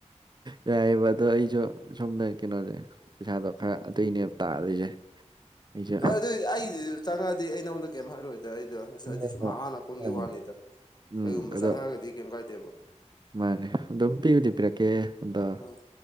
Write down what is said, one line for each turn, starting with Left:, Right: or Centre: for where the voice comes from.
Right: ꯌꯥꯌꯦꯕ ꯑꯗꯣ ꯑꯩꯁꯨ ꯁꯣꯝꯅ ꯀꯩꯅꯣꯔꯦ ꯄꯩꯁꯥꯗꯣ ꯈꯔ ꯑꯇꯩꯅꯦꯕ ꯇꯥꯜꯂꯤꯁꯦ ꯑꯩꯁꯨ
Left: ꯍꯣꯏ ꯑꯗꯨꯏꯗꯤ ꯑꯩꯗꯨꯁꯨ ꯆꯪꯉꯛꯑꯗꯤ ꯑꯩ ꯅꯉꯣꯟꯗ ꯀꯌꯨꯝ ꯍꯥꯏꯔꯛ ꯑꫭꯏꯗ ꯑꯗ ꯑꯩꯗꯣ
Right: ꯍꯣꯏ
Left: ꯑꯩꯗꯤ
Right: ꯍꯣꯏ
Left: ꯁꯨꯝ ꯍꯥꯟꯅ ꯀꯣꯟꯒꯤ
Right: ꯃꯥꯅꯦ
Left: ꯋꯥꯅꯤꯗ
Right: ꯎꯝ
Left: ꯀꯩꯒꯨꯝꯕ
Right: ꯑꯗꯣ
Left: ꯆꯪꯉꯛꯑꯒꯗꯤ ꯀꯩꯝ ꯀꯥꯏꯗꯦꯕ
Right: ꯃꯥꯅꯦ ꯑꯗꯨꯝ ꯄꯤꯕꯨꯗꯤ ꯄꯤꯔꯛꯀꯦ ꯑꯗꯣ
Left: ꯑꯥ